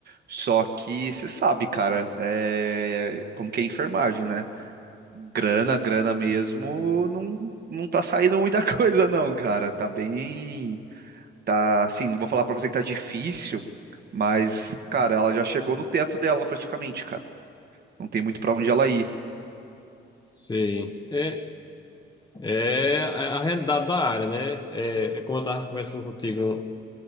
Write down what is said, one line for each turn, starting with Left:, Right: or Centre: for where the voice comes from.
Right: Só que você sabe, cara, é, como que é enfermagem, né? Grana, grana mesmo, não, não tá saindo muita <laughs> coisa, não, cara. Tá bem. Tá, assim, não vou falar pra você que tá difícil, mas, cara, ela já chegou no teto dela praticamente, cara. Não tem muito pra onde ela ir.
Left: Sim. É, é a a realidade da área, né? É, é como eu estava conversando contigo